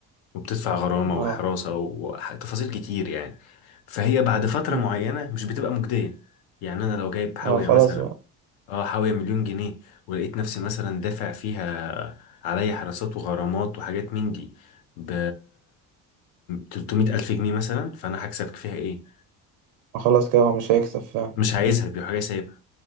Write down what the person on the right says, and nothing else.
اه
امم
اه خلاص
بقى
خلاص كده هو مش هيكسب فعلا